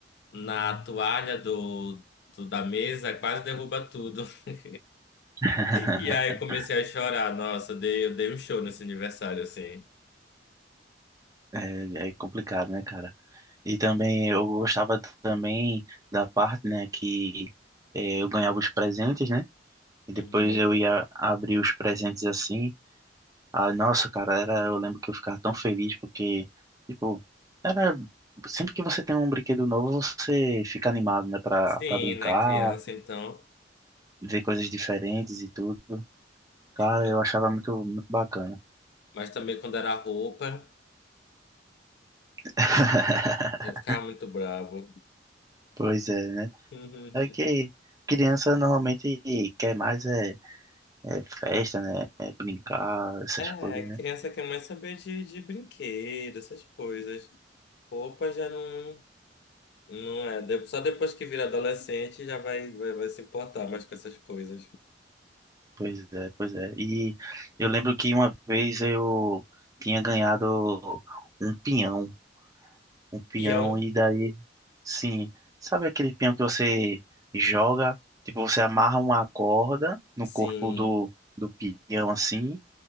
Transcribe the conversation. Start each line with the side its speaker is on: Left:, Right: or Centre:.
Left: na toalha do, do- da mesa, quase derruba tudo. <laughs>
Right: <laughs>
Left: E aí eu comecei a chorar, nossa, eu dei, eu dei um show nesse aniversário assim.
Right: É, é complicado, né, cara? E também eu gostava também da parte, né, que eh, eu ganhava os presentes, né? E depois
Left: Uhum.
Right: eu ia abrir os presentes assim. Ah, nossa, cara, era, eu lembro que eu ficava tão feliz porque, tipo, era sempre que você tem um brinquedo novo, você fica animado, né, pra,
Left: Sim,
Right: pra brincar,
Left: né, criança então.
Right: ver coisas diferentes e tudo. Cara,
Left: Eu-
Right: eu achava muito, muito bacana.
Left: mas também quando era roupa,
Right: <laughs>
Left: eu ficava muito bravo.
Right: Pois é, né?
Left: <laughs>
Right: É que criança normalmente quer mais é, é festa, né? É brincar, essas
Left: É,
Right: coisas, né?
Left: criança quer mais saber de, de brinquedo, essas coisas. Roupa já não, não é. De- Só depois que vira adolescente já vai, vai, vai se importar mais com essas coisas.
Right: Pois é, pois é. E eu lembro que uma vez eu tinha ganhado um peão, um peão,
Left: Peão?
Right: e daí, sim, sabe aquele peão que você joga, tipo, você amarra uma corda no corpo
Left: Sim,
Right: do, do peão assim,